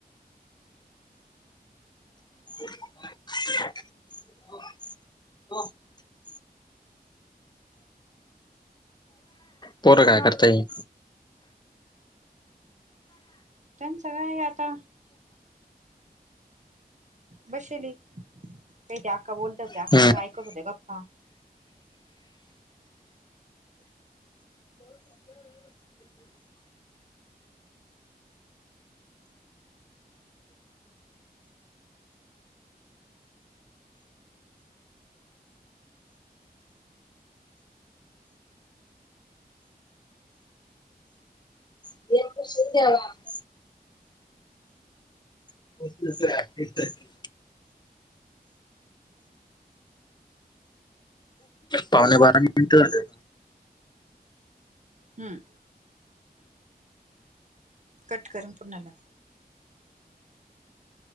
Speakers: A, on the left (about 25°); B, on the right (about 50°).
A: <unintelligible> पोरं काय करता ये.
B: त्याचं काय आता बसेल काही ते आक्का बोलतात त्या
A: हम्म
B: आक्काच ऐकत होते गप्पा.
A: <unintelligible> <unintelligible> पावणे बारा मिनिट झाले.
B: हम्म कट करम कुणाला